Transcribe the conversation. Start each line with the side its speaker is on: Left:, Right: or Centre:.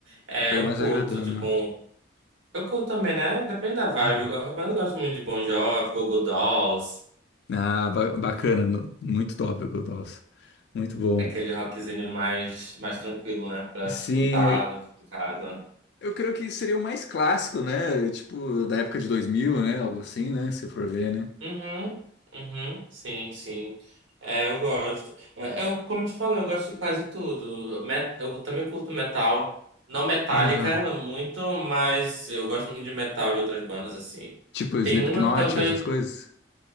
Right: É,
Left: é,
Right: eu
Left: é mais
Right: curto,
Left: agradando.
Right: tipo, um... Eu curto também, né? Depende da vibe.
Left: Uhum.
Right: Eu gosto, mas eu gosto muito de Bon Jovi, Go-Go Dolls.
Left: Ah, ba- bacana, no- muito tópico, nossa. Muito bom.
Right: Aquele rockzinho mais, mais tranquilo, né? Pra
Left: Sim,
Right: escutar em casa.
Left: eu creio que seria o mais clássico, né? Tipo, da época de 2000, né? Algo assim, né? Se for ver, né?
Right: Uhum, uhum, sim, sim. É, eu gosto. É, Eu, como eu te falei, eu gosto de quase tudo. Met- Eu também curto metal, não metálica
Left: Já tá.
Right: muito, mas eu gosto muito de metal de outras bandas assim.
Left: Tipo,
Right: Tem
Left: Slipknot,
Right: uma que talvez.
Left: essas coisas?